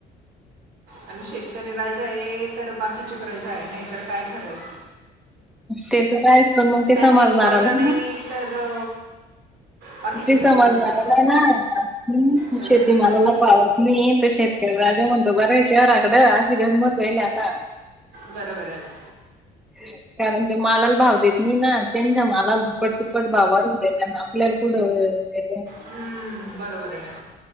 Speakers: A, on the right; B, in the centre.
A: आणि शेतकरी राजा आहे तर बाकीची प्रजा आहे, नाहीतर काय? खरं आहे.
B: तेचं कायच असतं, पण मग ते
A: त्यांनी
B: समजणारला
A: उगवलं
B: म्हणा.
A: नाही तर <unintelligible> बाकीचे
B: ते
A: कसे
B: समजणाराला
A: जगतील
B: ना, हम्म,
A: तेच
B: शेतीमालाला.
A: तर ना.
B: पावत नाही ते. शेतकरी राजा म्हणतो बरं, शहराकडे अशी गमंत व्हायली आता.
A: बरोबर आहे ना.
B: ह <unintelligible> कारण ते मालाला भाव देत नाही ना, त्यांच्या मालाला दुप्पट तिप्पट भाव वाढून देत आपल्याला. कुड व्हयं ते?
A: हम्म, बरोबर आहे ना?